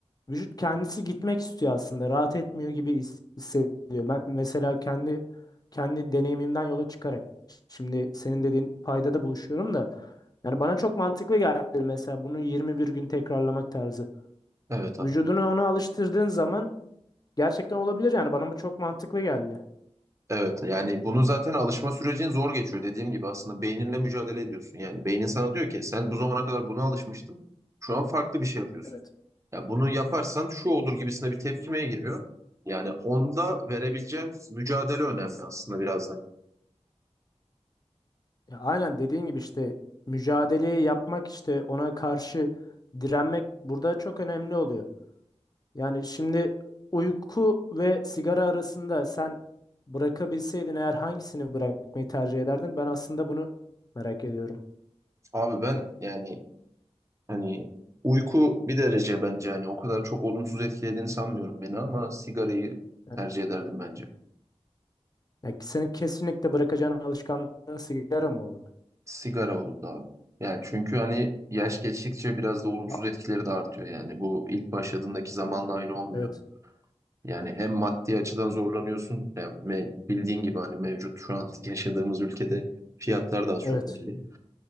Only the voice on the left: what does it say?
vücut kendisi gitmek istiyor aslında. Rahat etmiyor gibi his- hissediyor. Ben mesela kendi kendi deneyimimden yola çıkarak şimdi senin dediğin paydada buluşuyorum da Yani bana çok mantıklı geldi mesela bunu 21 gün tekrarlamak tarzı.
Vücudunu ona alıştırdığın zaman gerçekten olabilir yani bana çok mantıklı geldi.
Evet.
Ya aynen dediğin gibi işte mücadeleyi yapmak işte ona karşı direnmek burada çok önemli oluyor. Yani şimdi uyku ve sigara arasında sen bırakabilseydin eğer hangisini bırakmayı tercih ederdin? Ben aslında bunu merak ediyorum.
Evet.
Yani senin kesinlikle bırakacağın alışkanlığın sigara mı olurdu?
Ha-
Evet.
Evet.